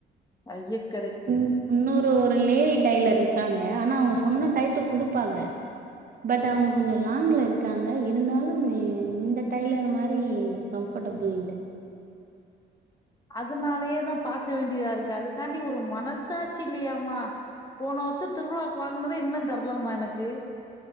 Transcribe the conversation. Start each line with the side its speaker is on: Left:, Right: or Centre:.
Left: ஐஜக்
Right: ம் உன்னொரு ஒரு லேடி டைலர் இருக்காங்க ஆனா அவுங்க சொன்ன டயத்து குடுப்பாங்க பட் அவங்க கொஞ்ச லாங்ல இருக்காங்க இருந்தாலு நீ இந்த டைலர் மாரி கம்ஃப ஃபடபுள் இல்ல
Left: <inaudible> அதுனாலயே தான் பார்க்க வேண்டியதா இருக்கு அதுக்காண்டி ஒரு மனசாச்சி இல்லையாமா போன வருஷம் திருவிழாவுக்கு வாங்கினத இன்னும் தரலாமா எனக்கு